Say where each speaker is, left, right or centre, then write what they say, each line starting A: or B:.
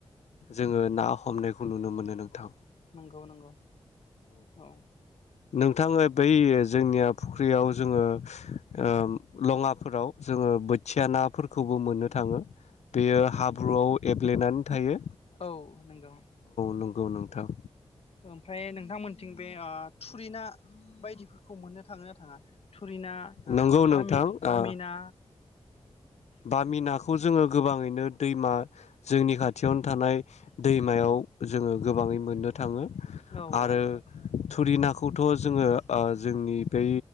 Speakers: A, on the left; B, on the left.
A: जोङो ना हमनायखौ नुनो मोनो नोंथां।
B: नोंगौ नोंगौ औ
A: नोंथांनो बै जोंनिया फुख्रियाव जोङो ओ लङाफोराव जोङो बोथिया नाफोरखौबो मोननो थाङो बेयो हाब्रुआव एब्लेनानै थायो
B: औ नोंगौ
A: नंगौ औ नोंथां
B: ओमफ्राय नोंथांमोनथिं बे आ थुरिना बायदिफोरखौ मोननो थाङो ना थाङा? थुरिना
A: नंगौ नोंथां
B: बामि बामिना
A: ओ बामि नाखौ जोङो गोबाङैनो दैमा जोंनि खाथियावनो थानाय दैमायाव जोङो गोबाङै मोननो थाङो
B: औ
A: आरो
B: औ
A: थुरि नाखौथ' जोङो ओ जोंनि बै